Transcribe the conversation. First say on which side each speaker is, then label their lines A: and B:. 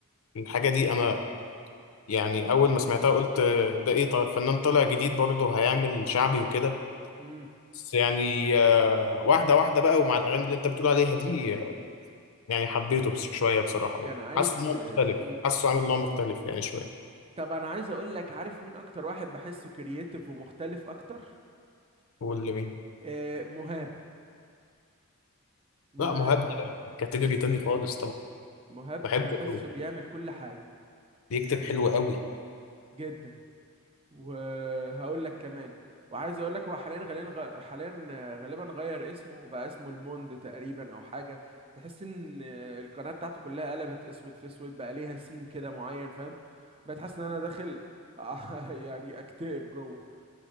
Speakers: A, on the left (about 70°); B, on the right (about 25°).
A: والحاجه دي انا يعني اول ما سمعتها قلت آه، ده ايه طيب فنان طالع جديد برضه هيعمل شعبي وكده
B: امم
A: بس يعني آه، واحده واحده بقى ومع الاغاني اللي انت بتقول عليها دي آه، يعني حبيته بس شويه بصراحه
B: كان
A: بقى
B: عايش
A: حاسس ان
B: في
A: هو مختلف
B: امم
A: حاسه عامل نوع مختلف يعني شويه
B: طب انا عايز اقول لك عارف مين اكتر واحد بحسه كرييتيف ومختلف اكتر
A: واللي مين
B: آه مهاب مهاب
A: لا مهاب ده كاتيجوري
B: مم.
A: تاني خالص طبعا
B: مهاب
A: بحبه
B: بحسه
A: قوي
B: بيعمل كل حاجة
A: بيكتب حلو قوي
B: جدا وهقول لك كمان وعايز اقول لك هو حاليا غاليا غ... حاليا آه، غالبا غير اسمه وبقى اسمه الموند تقريبا او حاجة تحس ان آه، القناة بتاعته كلها قلبت اسود في اسود بقى ليها سيم كده معين فاهم بقيت حاسس ان انا داخل <laughs> يعني اكتئب جوه